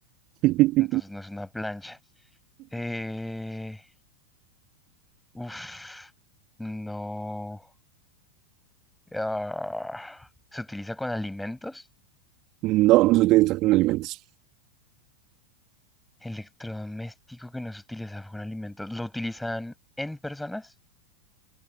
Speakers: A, on the right; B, in the centre.
A: <laughs>
B: entonces no es una plancha. Eh, Uf, no. Ah, ¿se utiliza con alimentos?
A: No, no se utiliza con alimentos.
B: Electrodoméstico que no se utiliza con alimentos. ¿Lo utilizan en personas?